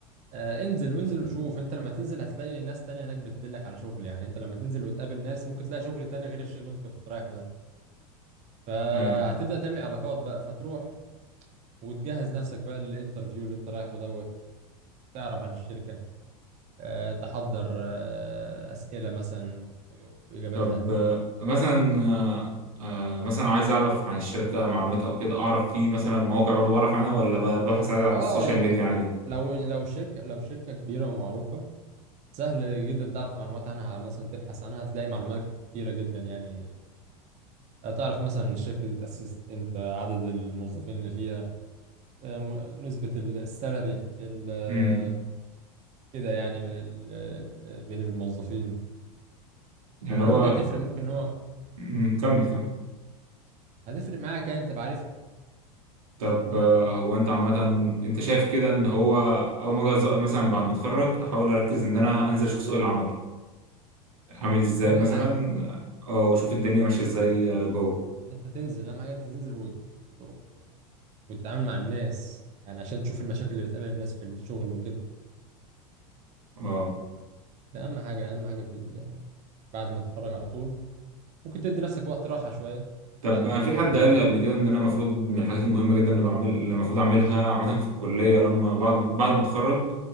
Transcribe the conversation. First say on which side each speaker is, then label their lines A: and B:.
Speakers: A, on the right (about 40°); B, on the right (about 65°).
A: آه انزل وانزل وشوف انت لما تنزل هتلاقي ناس تانية هناك بتدلك على شغل يعني انت لما تنزل وتقابل ناس ممكن تلاقي شغل تاني غير الشغل اللي انت كنت رايحه ده فهتبدأ
B: ايوه
A: تعمل علاقات بقى فتروح وتجهز نفسك بقى للانترفيو اللي انت رايحه دوت تعرف عن الشركة آه، تحضر آه، أسئلة مثلا و- وإجاباتها
B: طب آه، مثلا آه، آه، مثلا عايز اعرف عن الشركه معلومات او كده اعرف في مثلا مواقع برضو بعرف عنها ولا ب- ببحث عادي على
A: اه
B: السوشيال
A: انت
B: ميديا عادي
A: لو لو شركة لو شركة كبيرة ومعروفة سهل جدا تعرف معلومات عنها مثلا تبحث عنها هتلاقي معلومات كتيرة جدا يعني تعرف مثلا الشركة دي اتأسست امتى عدد الموظفين اللي فيها آه، م- نسبة ال- السالري ال- آه،
B: امم
A: كده يعني ال- ال- بين الموظفين
B: يعني
A: المعلومات
B: هو
A: دي هتفرق ممكن ان هو
B: مم، كمل كمل
A: هتفرق معاك يعني انت بعرف
B: طب آه، هو انت عامه انت شايف كده ان هو اول ما أجي أز- مثلا بعد ما اتخرج احاول اركز ان انا انزل اشوف سوق العمل عامل ازاي
A: اهم
B: مثلا
A: حاجه
B: آه، واشوف الدنيا ماشيه ازاي آه، جوه
A: ان انت تنزل اهم حاجه انت تنزل وت... و- وتتعامل مع الناس يعني عشان تشوف المشاكل اللي بتقابل الناس في الشغل وكده
B: اه
A: ده اهم حاجه اهم حاجه في ال... بعد ما تتخرج على طول ممكن تدي نفسك وقت راحه شويه
B: طب
A: بعد الكليه
B: أنا في حد
A: وكده
B: قال لي قبل كده ان انا المفروض من الحاجات المهمه جدا اللي بعمل اللي المفروض اعملها عامه في الكليه لما بعد بعد ما اتخرج